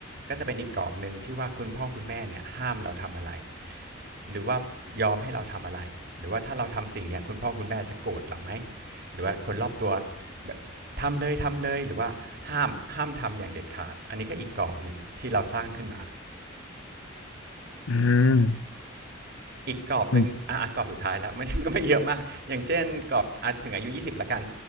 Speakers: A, on the right; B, on the left.
A: ก็จะเป็นอีกกรอบหนึ่งที่ว่าคุณพ่อคุณแม่เนี่ยห้ามเราทำอะไรหรือว่ายอมให้เราทำอะไรหรือว่าถ้าเราทำสิ่งเนี้ยคุณพ่อคุณแม่จะโกรธเราไหมหรือว่าคนรอบตัวแบบทำเลยทำเลยหรือว่าห้ามห้ามทำอย่างเด็ดขาดอันนี้ก็อีกกรอบหนึ่งที่เราสร้างขึ้นมา
B: อม
A: อีกกรอบหนึ่งอ่ะกรอบสุดท้ายแล้ว
B: อืม
A: <laughs> มันก็ไม่เยอะมากอย่างเช่นกรอบถึงอายุยี่สิบละกัน